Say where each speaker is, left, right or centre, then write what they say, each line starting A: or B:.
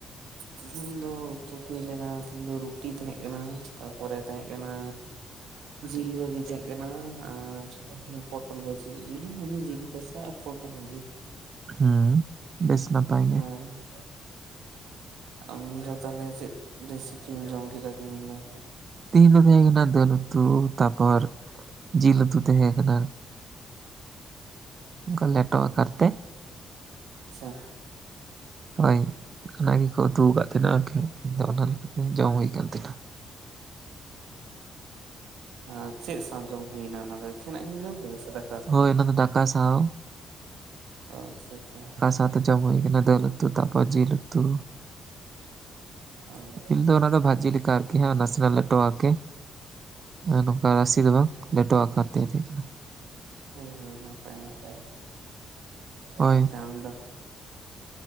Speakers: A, on the right (about 80°); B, on the right (about 50°).
A: ᱛᱤᱦᱤᱧ ᱫᱚ ᱩᱛᱩ ᱦᱩᱭ ᱞᱮᱱᱟ, ᱛᱤᱦᱤᱧ ᱫᱚ ᱨᱩᱴᱤ ᱛᱟᱦᱮᱸᱜ ᱠᱟᱱᱟ ᱛᱟᱯᱚᱨᱮ ᱛᱟᱦᱮᱸ ᱠᱟᱱᱟ ᱡᱤᱞ ᱵᱷᱟᱹᱡᱤ ᱛᱟᱦᱮᱸᱜ ᱠᱟᱱ, ᱟᱨ ᱯᱚᱴᱚᱞ ᱵᱷᱟᱹᱡᱤ ᱡᱤᱞ ᱢᱟᱱᱮ ᱡᱤᱞ ᱯᱮᱥᱟ ᱟᱨ ᱯᱳᱴᱳ ᱵᱷᱟᱹᱡᱤ᱾
B: ᱦᱩᱸᱻ ᱵᱮᱥ ᱱᱟᱯᱟᱭ ᱜᱮ᱾
A: ᱦᱳᱭ ᱱᱟ᱾ ᱟᱢ ᱫᱚ ᱛᱟᱞᱦᱮ ᱪᱮᱫ ᱨᱮᱥᱤᱯᱤᱢ ᱡᱚᱢ ᱠᱮᱫᱟ ᱛᱮᱦᱮᱧ ᱫᱚ?
B: ᱛᱤᱦᱤᱧ ᱫᱚ ᱛᱟᱦᱮ ᱠᱟᱱᱟ ᱫᱟᱹᱞ ᱩᱛᱩ ᱛᱟᱯᱚᱨ ᱡᱤᱞ ᱩᱛᱩ ᱛᱟᱦᱮᱸ ᱠᱟᱱᱟ᱾ ᱚᱱᱠᱟ ᱞᱮᱴᱚ ᱟᱠᱟᱨ ᱛᱮ ᱾
A: ᱟᱪᱪᱷᱟ᱾
B: ᱦᱳᱭ ᱚᱱᱟ ᱜᱮᱠᱚ ᱩᱛᱩ ᱠᱟᱜ ᱛᱟᱦᱮᱱᱟ ᱟᱨᱠᱤ ᱛᱮᱦᱮᱧ ᱫᱚ ᱚᱱᱟ ᱞᱮᱠᱟᱛᱮ ᱡᱚᱢ ᱦᱩᱭ ᱠᱟᱱ ᱛᱟᱦᱮᱱᱟ᱾
A: ᱟᱸᱻ ᱪᱮᱫ ᱥᱟᱶ ᱡᱚᱢ ᱦᱩᱭᱱᱟ ᱚᱱᱟ ᱫᱚ ᱮᱠᱷᱮᱱᱟᱜ ᱜᱮᱢ ᱡᱚᱢ ᱠᱮᱫᱟ ᱥᱮ ᱫᱟᱠ
B: ᱦᱳᱭ ᱚᱱᱟ ᱫᱚ ᱫᱟᱠᱟ ᱥᱟᱶ᱾
A: ᱚ ᱟᱪᱪᱷᱟ, ᱟᱪᱪᱷᱟ᱾
B: ᱞᱟᱦᱟ ᱛᱮ ᱡᱚᱢ ᱦᱩᱭ ᱠᱟᱱᱟ ᱫᱟᱹᱞ ᱩᱛᱩ ᱛᱟᱯᱚᱨᱮ ᱡᱤᱞ ᱩᱛᱩ
A: ᱚ
B: ᱡᱤᱞ ᱫᱚ ᱚᱱᱟ ᱫᱚ ᱵᱷᱟᱡᱤ ᱞᱮᱠᱷᱟᱡ ᱠᱤ ᱦᱟᱸᱜ ᱱᱟᱥᱮ ᱱᱟᱜ ᱞᱮᱴᱚ ᱟᱨᱠᱤ ᱱᱚᱝᱠᱟ ᱨᱟᱥᱤ ᱫᱚ ᱵᱟᱝ ᱞᱮᱴᱚ ᱟᱠᱟᱨ ᱛᱮ᱾ ᱛᱟᱦᱮᱜ ᱠᱟᱱᱟ᱾
A: ᱦᱳ, ᱦᱳᱭ ᱱᱟᱯᱟᱭ ᱱᱟᱯᱟᱭ
B: ᱦᱳᱭ
A: ᱮᱱᱠᱷᱟᱱ ᱫᱚ